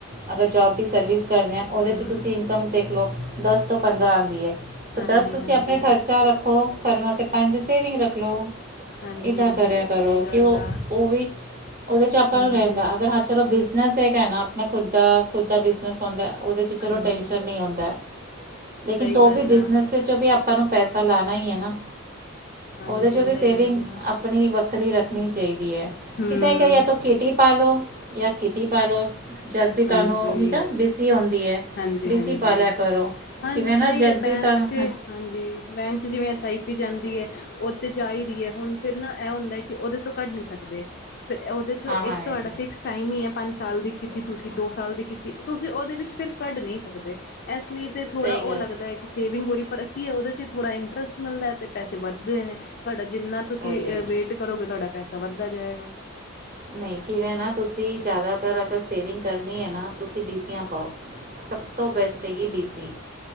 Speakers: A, on the right; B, on the left.
A: ਅਗਰ ਜੋਬ ਵੀ ਸਰਵਿਸ ਕਰਦੇ ਹਾਂ
B: ਹੂੰ
A: ਉਹਦੇ 'ਚ ਤੁਸੀਂ ਇਨਕਮ ਦੇਖ ਲਓ। ਦਸ ਤੋਂ ਪੰਦਰਾਂ ਆਂਦੀ ਹੈ ਤਾਂ
B: ਹਾਂਜੀ
A: ਦਸ ਤੁਸੀਂ
B: ਹਾਂਜੀ
A: ਆਪਣੇ ਖਰਚਾ ਰੱਖੋ। ਕਰਨ ਵਾਸਤੇ ਪੰਜ ਸੇਵਿੰਗ ਰੱਖ ਲਓ
B: ਹਾਂਜੀ
A: ਇੱਦਾਂ
B: ਹਾਂਜੀ
A: ਕਰਿਆ ਕਰੋ।
B: ਸਹੀ ਗੱਲ ਆ
A: ਓ ਵੀ ਉਹਦੇ 'ਚ ਆਪਾਂ
B: ਹੂੰ
A: ਨੂੰ ਰੈਂਦਾ ਅਗਰ ਹਾਂ ਚਲੋ ਬਿਜਨਸ ਹੈਗਾ ਨਾ ਆਪਣਾ ਖੁਦ ਦਾ ਖੁਦ ਦਾ ਬਿਜਨਸ ਹੁੰਦਾ ਉਹਦੇ 'ਚ
B: ਹਾਂਜੀ
A: ਚਲੋ ਟੈਂਸ਼ਨ ਨਈ ਹੁੰਦਾ ਲੇਕਿਨ
B: ਸਹੀ
A: ਤੋ
B: ਗੱਲ
A: ਬਿਜਨੇਸ
B: ਆ
A: 'ਚ ਵੀ ਆਪਾਂ ਨੂੰ ਪੈਸਾ ਲਾਣਾ ਈ ਏ ਨਾ।
B: ਹਾਂਜੀ
A: ਉਹਦੇ 'ਚ ਵੀ
B: ਸਹੀ
A: ਸੇਵਿੰਗ
B: ਗੱਲ ਆ
A: ਆਪਣੀ ਵੱਖਰੀ ਰੱਖਣੀ ਚਾਹੀਦੀ ਹੈ
B: ਹੂੰ
A: ਕਿਸੇ ਕਿਆ ਤੋ ਕਿਟੀ ਪਾ ਲੋ ਯ ਕਿਟੀ ਪਾ ਲੋ। ਜਦ ਵੀ
B: ਹਾਂਜੀ
A: ਤੁਹਾਨੂੰ ਨ ਈਤਾਂ ਬੀਸੀ ਹੁੰਦੀ ਹੈ
B: ਹਾਂਜੀ
A: ਬੀਸੀ
B: ਹਾਂਜੀ
A: ਪਾ ਲਿਆ ਕਰੋ।
B: ਹਾਂਜੀ,
A: ਕਿਵੇਂ
B: ਸਹੀ
A: ਨਾ ਜਦ
B: ਏ ਬੈਂਕ
A: ਵੀ ਤੁਹਾਨੂੰ
B: ਚ ਹਾਂਜੀ। ਬੈਂਕ 'ਚ ਜਿਵੇਂ ਐੱਸ ਆਈ ਪੀ ਜਾਂਦੀ ਆ, ਹੈ ਉਹ 'ਤੇ ਜਾ ਹੀ ਰਹੀ ਹੈ, ਹੁਣ ਫਿਰ ਨਾ ਇਹ ਹੁੰਦਾ ਕਿ, ਉਹਦੇ ਤੋਂ ਕੱਢ ਨਹੀਂ ਸਕਦੇ। ਫਿਰ ਉਹਦੇ ਚੋਂ,
A: ਹਾਂ ਹਾਂ
B: ਇੱਕ ਤੁਹਾਡਾ
A: ਇਹ ਤਾਂ
B: ਫਿਕਸ ਟਾਈਮ ਹੀ ਹੈ ਪੰਜ ਸਾਲ ਦੀ ਕੀਤੀ ਤੁਸੀਂ ਦੋ ਸਾਲ ਦੀ ਕੀਤੀ, ਤੁਸੀਂ ਉਹਦੇ ਵਿੱਚ ਫਿਰ ਕੱਢ ਨਹੀਂ ਸਕਦੇ ਇਸ ਲਈ ਤਾਂ, ਥੋੜ੍ਹਾ
A: ਸਹੀ ਗੱਲ
B: ਉਹ ਲੱਗਦਾ ਹੈ ਕਿ, ਸੇਵਿੰਗ ਦੀ ਪਰ ਕੀ ਉਹਦੇ 'ਚ ਥੋੜ੍ਹਾ, ਇੰਟਰਸਟ ਮਿਲਦਾ ਅਤੇ ਪੈਸੇ ਵੱਧਦੇ ਨੇ, ਤੁਹਾਡਾ ਜਿੰਨਾ ਤੁਸੀਂ
A: ਉਹੀ ਉਹੀ
B: ਵੇਟ ਭਰੋਗੇ, ਤੁਹਾਡਾ ਪੈਸਾ ਵੱਧਦਾ ਜਾਵੇਗਾ।
A: ਨਹੀਂ ਕਿਵੇਂ ਨਾ ਤੁਸੀਂ, ਜ਼ਿਆਦਾਤਰ ਅਗਰ ਸੇਵਿੰਗ ਕਰਨੀ ਹੈ ਨਾ ਤੁਸੀਂ ਬੀਸੀਆਂ ਪਾਓ ਸਭ ਤੋਂ ਬੈਸਟ, ਹੈਗੀ ਬੀ ਸੀ।